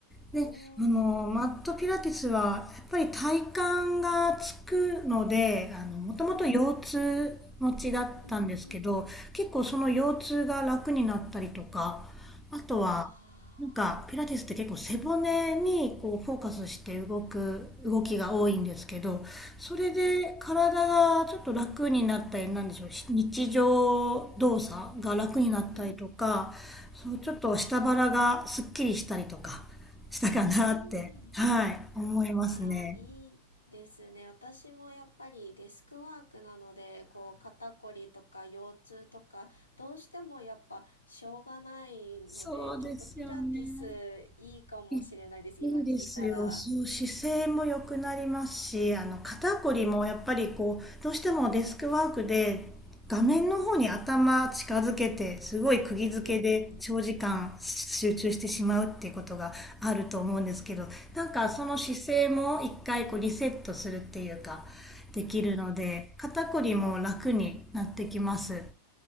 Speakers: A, in the centre; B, on the left.
A: で、
B: おー。
A: あの、マットピラティスは、やっぱり体幹がつくので、あの、もともと腰痛持ちだったんですけど、
B: うんうんうん。
A: 結構その腰痛が楽になったりとか、あとは、
B: あ
A: なんかピラティスって結構背骨にこうフォーカスして動く動きが多いんですけどそれで体がちょっと楽になったりなんでしょう日常動作が楽になったりとかそうちょっと下腹がすっきりしたりとかしたかなって、
B: ー。うんうんうん。うん。
A: はい、思いますね。
B: ああ、いいですね。私もやっぱりデスクワークなので、こう肩こりとか腰痛とか、どうしてもやっぱしょうがないので、
A: そうですよね。
B: ちょっとピラティスいいかもしれないです。
A: いいいですよ。
B: 今聞いたら。
A: そう、姿勢も良くなりますし、あの肩こりもやっぱりこう、どうしてもデスクワークで画面の方に頭近づけて、すごい釘付けで長時間集中してしまうっていうことがあると思うんですけど、
B: うんうん。
A: なんかその姿勢も一回こうリセットするっていうか、できるので、肩こりも楽になってきます。